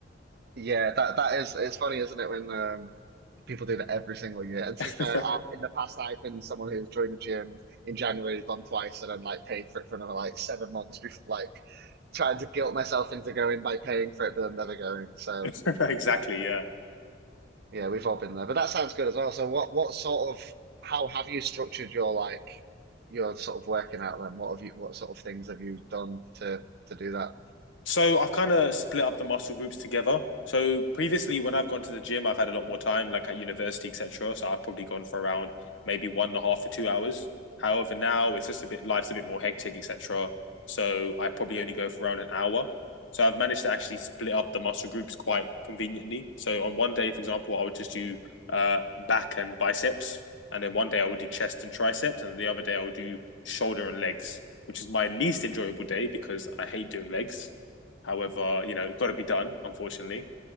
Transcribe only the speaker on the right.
Yeah, that that is it's funny, isn't it, when um people do that every single year. And to
be fair, I, in the past I've been someone who's joined the gym in January, gone twice, and then like paid for it for another like seven months before like trying to guilt myself into going by paying for it but then never going. So
um,
yeah, we've all been there. But that sounds good as well. So what what sort of how have you structured your like your sort of working out then? What have you what sort of things have you done to to do that?